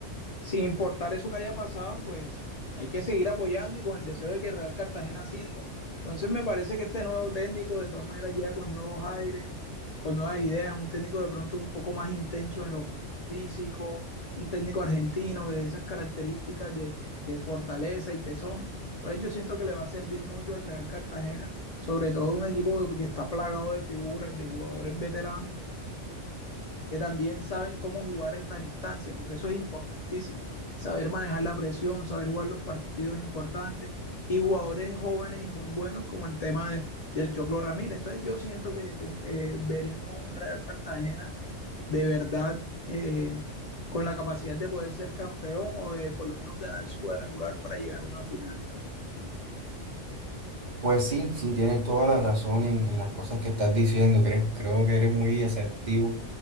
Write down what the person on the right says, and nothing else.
Pues sí, sí, tienes toda la razón en, en las cosas que estás diciendo. Creo, creo que eres muy asertivo.